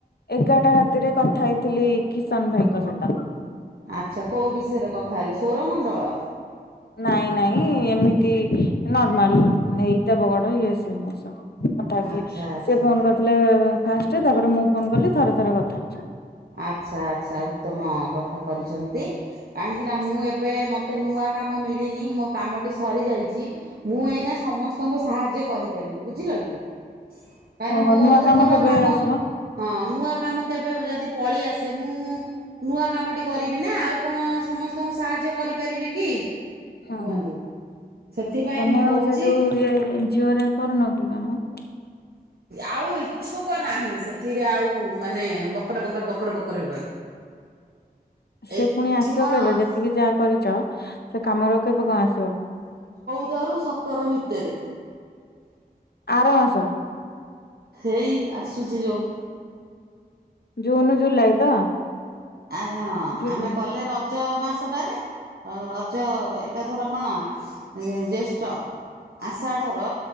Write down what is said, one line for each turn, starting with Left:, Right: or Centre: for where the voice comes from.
Left: ଏଗାରଟା ରାତିରେ କଥା ହେଇଥିଲି କିଶନ ଭାଇଙ୍କ ସହିତ।
Right: ଆଚ୍ଛା କୋଉ ବିଷୟରେ କଥା ହେଲେ ସୌରମଣ୍ଡଳ?
Left: ନାଇଁ ନାଇଁ ଏମିତି ନର୍ମାଲ ନେଇଦବ ଗଡ ଇଏ ସ ହ ସବୁ। କଥା ହେଇଥିଲି
Right: ଆଚ୍ଛା ଆଚ୍ଛା।
Left: ସେ ଫୋନ କରିଥିଲେ ଫାଷ୍ଟ ତାପରେ ମୁଁ ଫୋନ କଲି ଥରେ ଥରେ କଥା ହେଇଛି।
Right: ଆଚ୍ଛା ଆଚ୍ଛା ଉତ୍ତମ କଥା କରିଛନ୍ତି କାହିଁକି ନା ମୁଁ ଏବେ ମତେ ନୂଆ କାମ ମିଳିନି ମୋ କାମ ଟି ସରିଯାଇଛି ମୁଁ ଏଇନା ସମସ୍ତଙ୍କୁ ସାହାଯ୍ୟ କରିପାରିବି ବୁଝିଲ କି? କାହିଁକି ନା
Left: ଓହୋ
Right: ମୋର
Left: ନୂଆ
Right: ଯେତେବେଳେ
Left: କେବେ
Right: କାମ
Left: ଆସିବ
Right: ହଁ ନୂଆ କାମ କେବେ ଯଦି ପଳେଇଆସେ ମୁଁ ନୂଆ କାମଟି କରିବି ନା ଆଉ କଣ ସମସ୍ତଙ୍କୁ ସାହାଯ୍ୟ କରିପାରିବି କି?
Left: ହଁ।
Right: କୁହନ୍ତୁ ସେଥିପାଇଁ
Left: ତମେ
Right: ମୁଁ କହୁଛି
Left: ଆଉ ସେ ଯୋଉ ଇଏ ଏନଜିଓରେ କରୁନ କି କାମ?
Right: ଆଉ ଇଛୁକ ନାହିଁ ସେଥିରେ ଆଉ ମାନେ ବକର ବକର ବକର ବକର ହେବାକୁ।
Left: ସେ
Right: ଏଠି
Left: ପୁଣି ଆସିବ
Right: କଣ
Left: କେବେ ଯେତିକି ଯାହା କରିଛ ସେ କାମର କେବେ କଣ ଆସିବ?
Right: ସାତେ ରୁ ସତର ଭିତରେ।
Left: ଆର ମାସ।
Right: ଏଇ ଆସୁଛି ଯୋଉ।
Left: ଜୁନ ଜୁଲାଇ ତ?
Right: ଆ ହ
Left: ଜୁଲାଇ
Right: ଆମେ କଲେ ର ରଜ ମାସଟାରେ ରଜ ଏଇଟା ଧର କଣ ଜେଷ୍ଠ। ଆଷାଢ ର